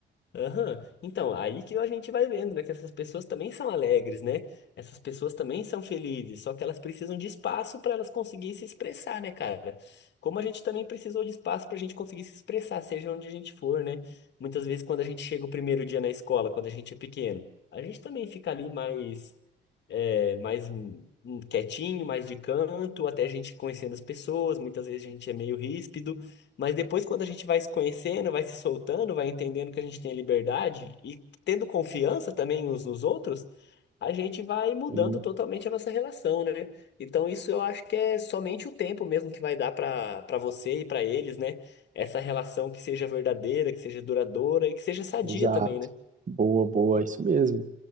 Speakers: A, on the left (about 60°); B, on the right (about 40°).
A: Aham. Então, aí que a gente vai vendo, né? Que essas pessoas também são alegres, né? Essas pessoas também são felizes, só que elas precisam de espaço para elas conseguirem se expressar, né, cara? Como a gente também precisou de espaço para a gente conseguir se expressar, seja onde a gente for, né? Muitas vezes, quando a gente chega o primeiro dia na escola, quando a gente é pequeno, a gente também fica ali mais, é, mais hum, quietinho, mais de canto, até a gente conhecendo as pessoas. Muitas vezes a gente é meio ríspido. Mas depois, quando a gente vai se conhecendo, vai se soltando, vai entendendo que a gente tem a liberdade e tendo confiança também uns nos outros, a gente vai mudando
B: Sim,
A: totalmente a nossa relação, né? Então, isso eu acho que é somente o tempo mesmo que vai dar para para você e para eles, né? Essa relação que seja verdadeira, que seja duradoura e que seja sadia
B: exato.
A: também,
B: Boa, boa, isso mesmo.